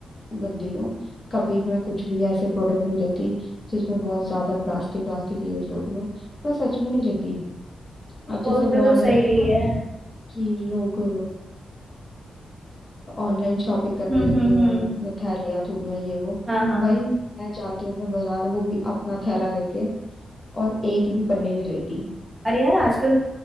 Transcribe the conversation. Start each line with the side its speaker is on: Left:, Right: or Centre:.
Left: बंदी हूँ कभी मैं कुछ भी ऐसे प्रोडक्ट नहीं लेती जिसमें बहुत ज्यादा प्लास्टिक व्लास्टिक यूज हो रही हो मैं सच में नहीं लेती अब
Right: बोल
Left: जैसे वो
Right: तो
Left: आने
Right: तू सही
Left: लगी
Right: रही
Left: है ना
Right: है
Left: कि लोग ऑनलाइन शॉपिंग करने
Right: हम्म
Left: लग
Right: हम्म
Left: गए
Right: हम्म
Left: हैं इतना थैलियाँ थूलियाँ ये वो
Right: हाँ हाँ
Left: भाई मैं जाती हूँ मैं बाजार वो भी अपना थैला लेके और एक भी पन्ने नहीं लेती
Right: अरे यार आजकल